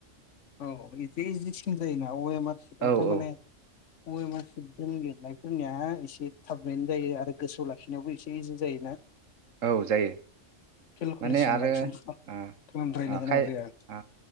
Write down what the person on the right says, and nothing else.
औ औ
औ जायो
माने आरो
आ
खाय
आ